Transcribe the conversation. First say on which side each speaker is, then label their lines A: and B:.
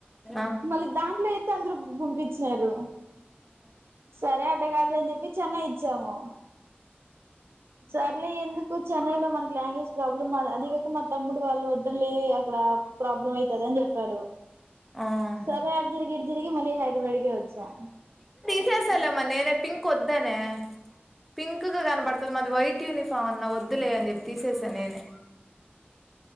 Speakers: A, in the centre; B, on the right.
A: అ
B: మళ్ళీ దాంట్లో అయితే అందరు గుంపించినారు సరే అట్ట కాదులే అని చెప్పి చెన్నై ఇచ్చాము సర్లే ఎందుకు చెన్నైలో మనకి లాంగ్వేజ్ ప్రాబ్లమ్ అదిేక మా తమ్ముడు వాళ్ళు వద్దలే ఇక్కడ ప్రాబ్లం అవుతుంది అని చెప్పారు
A: ఆ
B: సర అదరిగి తిరిగి మళ్ళీ హైదరాబాద్కి వచ్చాం
A: తీససాలేమ నేనే పింక్ వద్దనే పింక్ కన పడుతుంది మాది వైట్ యూనిఫామ్ అన్నా వద్దులే అని చెి తీసేసా నేనే